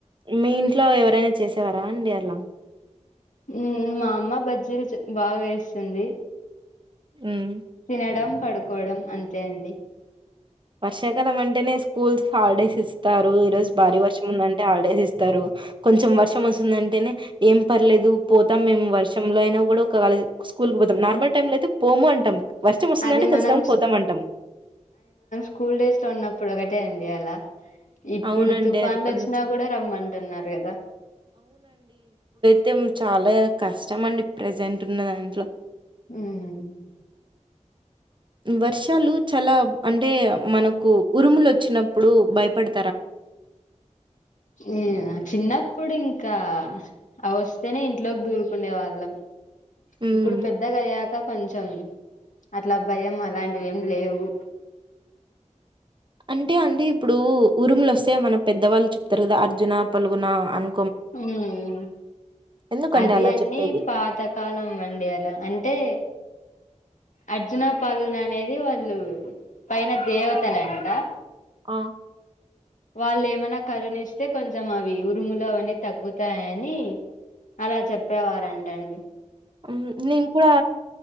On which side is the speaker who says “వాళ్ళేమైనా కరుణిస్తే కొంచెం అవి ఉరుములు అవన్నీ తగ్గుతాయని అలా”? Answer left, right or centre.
Left